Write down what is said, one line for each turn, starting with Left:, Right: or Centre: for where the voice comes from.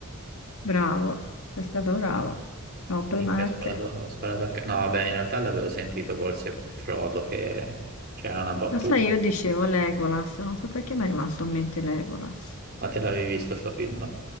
Left: Bravo, sei stato bravo. Complimenti.
Right: che ha sparato, sparato a... ca- No, vabbè, in realtà l'avevo sentito forse Frodo che c'era una battuta.
Left: Lo sai, io dicevo Legolas, non so perché mi è rimasto in mente Legolas.
Right: Ma te l'avevi visto sto film?